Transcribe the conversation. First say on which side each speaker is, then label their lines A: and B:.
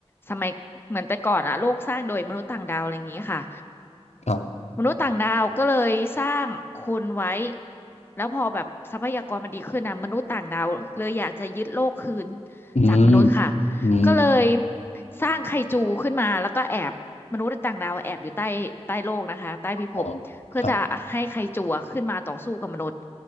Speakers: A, on the left; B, on the left.
A: สมัยเหมือนแต่ก่อนอะโลกสร้างโดยมนุษย์ต่างดาวอะไรอย่างนี้ค่ะ
B: ครับ
A: มนุษย์ต่างดาวก็เลยสร้างคนไว้ แล้วพอแบบทรัพยากรมันดีขึ้นนะมนุษย์ต่างดาวเลยอยากจะยึดโลกคืน
B: อืม
A: จากมนุษย์ค่ะ
B: อืม
A: ก็เลยสร้างไคจูขึ้นมาแล้วก็แอบมนุษย์ต่างดาวแอบอยู่ใต้ใต้โลกนะคะใต้พิภพเพื่อจะให้ไคจูอะขึ้นมาต่อสู้กับมนุษย์
B: อ๋อครับ